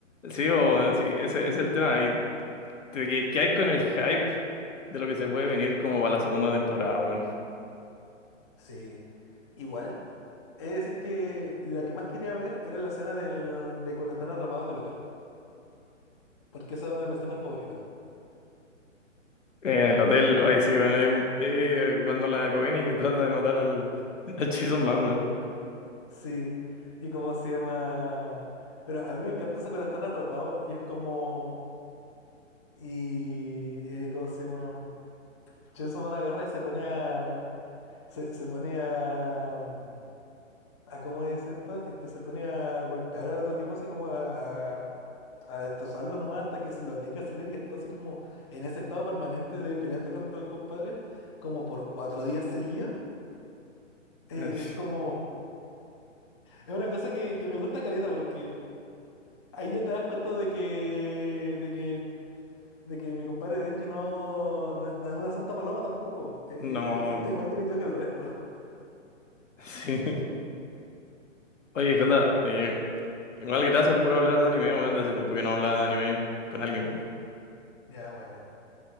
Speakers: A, on the left; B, on the left.
A: Sí, o, sí, ese, ese es el tema. Y de que, ¿qué hay con el hype de lo que se puede venir como para la segunda temporada, weón?
B: Sí, igual. Es decir, que la que más quería ver era la escena del, de cuando están atrapados en el hotel. Porque esa es mi escena favorita.
A: Eh,
B: Porque
A: el hotel, oye, sí, weón. eh, eh, cuando la Coveney que trata de matar al, <laughs> al Chainsaw Man, weón.
B: Sí, y cómo se llama. Pero a mí me encanta eso cuando están atrapados y es como. Y. eh, ¿cómo se llama? Chainsaw Man agarra y se pone a. Se, se pone a. mm, a ¿Cómo dice esto? Este, se pone a golpear al otro tipo, así como a. a, a destrozarlo nomás hasta que se los deja salir y está así como en ese estado permanente de peleando contra el compadre, como por cuatro días seguidos. Eh,
A: <laughs>
B: es como. Es una cosa que, que me gusta caleta porque. Ahí ya te das cuenta de que, de que, de que mi compadre Denji no, no, no es una santa paloma tampoco. Eh,
A: No,
B: eh, eh, esta igual te pitió que el resto. <laughs>
A: sí. Oye, Jota, eh, igual gracias por hablar de anime, weón. Hace tiempo que no hablaba de anime con alguien.
B: Ya, bueno.